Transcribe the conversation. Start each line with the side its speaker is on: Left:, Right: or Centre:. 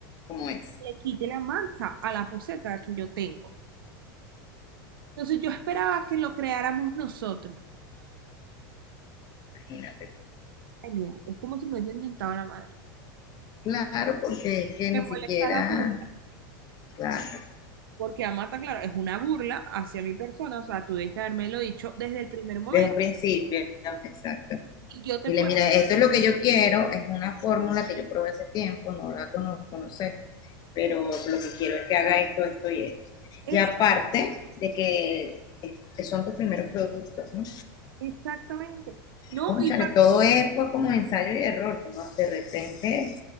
Left: como es,
Right: que le quite la mancha a la poseta que yo tengo. Entonces yo esperaba que lo creáramos nosotros.
Left: imagínate.
Right: Ay, mira, es como si me hubiesen inventado la madre.
Left: Claro, porque es que ni
Right: Me molesta
Left: siquiera,
Right: la burla,
Left: claro,
Right: porque Amata, claro, es una burla hacia mi persona, o sea, tú debiste lo dicho desde el primer momento.
Left: desde un principio, exacto.
Right: Y yo te
Left: y
Right: puedo...
Left: le mira, esto es lo que yo quiero, es una fórmula que yo probé hace tiempo, no la conozco, no sé, pero lo que quiero es que haga esto, esto y esto.
Right: Es
Left: Y aparte de que este, son tus primeros productos, ¿no?
Right: exactamente. No,
Left: Cónchale,
Right: y para...
Left: todo es pues, como ensayo y error. tú no- De repente,